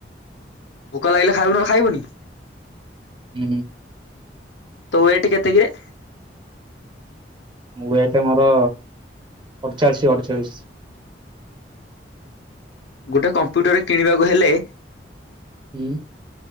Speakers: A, on the left; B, on the right.
A: ଭୋକ ଲାଗିଲେ ଖାଇବେ ନହନେ ଖାଇବନି?
B: ହୁଁ।
A: ତୋ ୱେଟ୍ କେତେ କିରେ?
B: ୱେଟ ମୋର ଅଚାଳିଶି ଅଚାଳିଶି।
A: ଗୋଟେ କମ୍ପ୍ୟୁଟ୍ୟ ର କିଣିବାକୁ ହେଲେ
B: ଉଁ।